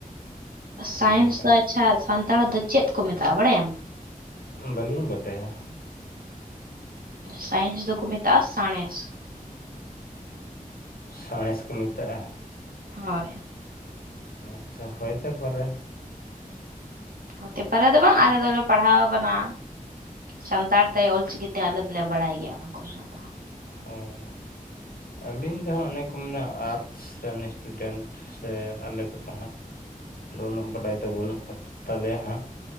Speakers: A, on the right (about 75°); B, on the left (about 90°).
A: ᱥᱟᱭᱮᱱᱥ
B: ᱚᱱᱮ ᱚᱱᱠᱟ
A: ᱫᱚ ᱟᱪᱪᱷᱟ ᱥᱟᱱᱛᱟᱲ ᱫᱚ ᱪᱮᱫ ᱠᱚ ᱢᱮᱛᱟᱜᱼᱟ ᱵᱟᱲᱟᱭᱟᱢ?
B: ᱵᱟᱹᱞᱤᱧ ᱵᱟᱰᱟᱭᱟ,
A: ᱥᱟᱭᱮᱱᱥ ᱫᱚ ᱠᱚ ᱢᱮᱛᱟᱜᱼᱟ ᱥᱟᱬᱮᱥ,
B: ᱥᱟᱬᱮᱥ ᱠᱚ ᱢᱮᱛᱟᱜᱼᱟ᱾
A: ᱦᱳᱭ᱾
B: ᱟᱪᱪᱷᱟ ᱦᱳᱭ ᱛᱮ ᱯᱟᱨᱮ᱾
A: ᱦᱚᱛᱮ ᱯᱟᱨᱮ ᱫᱚ ᱵᱟᱝ ᱟᱞᱮ ᱫᱚᱞᱮ ᱯᱟᱲᱦᱟᱣ ᱟᱠᱟᱱᱟ᱾ ᱥᱟᱱᱛᱟᱲ ᱛᱮ ᱚᱞᱪᱤᱠᱤᱛᱮ ᱟᱞᱮ ᱫᱚᱞᱮ ᱵᱟᱲᱟᱭ ᱜᱮᱭᱟ ᱚᱱᱟ ᱠᱚᱨᱮᱱᱟᱜ ᱫᱚ ᱦᱟᱹᱜ,
B: ᱦᱳᱭ, ᱟᱹᱞᱤᱧ ᱫᱚ ᱦᱟᱸᱜ ᱚᱱᱮᱠᱚ ᱯᱩᱱᱱᱚ ᱟᱨᱴᱥ ᱨᱮᱱ ᱥᱴᱩᱰᱮᱱᱴ ᱥᱮ ᱟᱞᱮ ᱠᱚᱫᱚ ᱦᱟᱸᱜ, ᱟᱫᱚ ᱩᱱᱟᱹᱜ ᱵᱟᱰᱟᱭ ᱫᱚ ᱵᱟᱹᱱᱩᱜ ᱟᱠᱟᱫ ᱛᱟᱞᱮᱭᱟ ᱦᱟᱸᱜ᱾